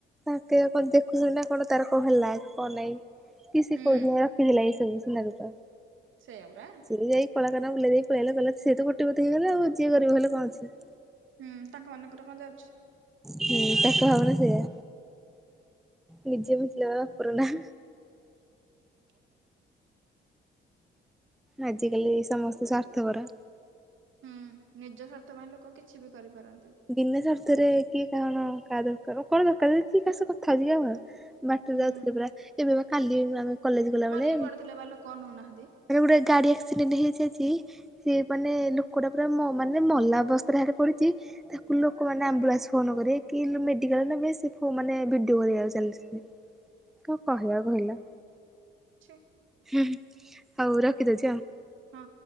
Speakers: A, in the centre; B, on the right.
A: ତାକେ କଣ ଦେଖୁଛ ନା କଣ ତାର କ ହେଲା କଣ ନାଇଁ? କି ସେ
B: ହୁଁ
A: କୋଉ ଦିନ ରଖିଥିଲା କି ଏ ସବୁ ସୁନା ରୂପା?
B: ସେୟପରା।
A: ସିଏ ଯାଇ କଳାକନା ବୁଲେଇ ଦେଇ ପଳେଇ ଆଇଲା ସେତ କୋଟିପତି ହେଇଗଲା ଆଉ କିଏ ଗରିବ ହେଲେ କଣଅଛି?
B: ହୁଁ ତାଙ୍କ ମାନଙ୍କର କଣ ଯାଉଛି?
A: ହୁଁ ତାଙ୍କ ଭାବନା ସେୟା, ନିଜେ ବଞ୍ଚିଲେ ବାପର ନାଁ।
B: <unintelligible>
A: ଆଜିକାଲି ସମସ୍ତେ ସ୍ଵାର୍ଥପର।
B: ହୁଁ ନିଜ ସ୍ୱାର୍ଥ ପାଇଁ ଲୋକ କିଛି ବି କରିପାରନ୍ତି।
A: ବିନା ଶ୍ଵାର୍ଥରେ କିଏ କାରଣ କାହା ଦରକାର କଣ ଦରକାର କିଏ କାହା ସହ କଥା ହଉଛି କି ଆ? ବାଟରେ
B: ହୁଁ
A: ଯାଉଥିଲେ ପୁରା ଏବେ ବା କାଲି ଆମେ କଲେଜ ଗଲାବେଳେ
B: ମରିକି ପଡ଼ିଥିଲେ ବା ଲୋକ ଅନଉନାହାନ୍ତି।
A: ମାନେ ଗୋଟେ ଗାଡ଼ି ଆକ୍ସିଡେଣ୍ଟ ହେଇଚି ଆଜି। ସିଏ ମାନେ ଲୋକ ଟା ପୁରା ମ ମାନେ ମଲା ଅବସ୍ଥାରେ ଆଗେ ପଡିଛି। ତାକୁ ଲୋକମାନେ ଆମ୍ବୁଲାନ୍ସ ଫୋନ ନକରି କି ମେଡିକାଲରେ ନ ନେଇ ମାନେ ଭିଡି କରିବାକୁ ଚାଲିଛନ୍ତି। କଣ କହିବା କହିଲ?
B: ଛି।
A: ହୁଁ ହୁଁ ହଉ ରଖିଦଉଛି ଆଉ।
B: ହଁ।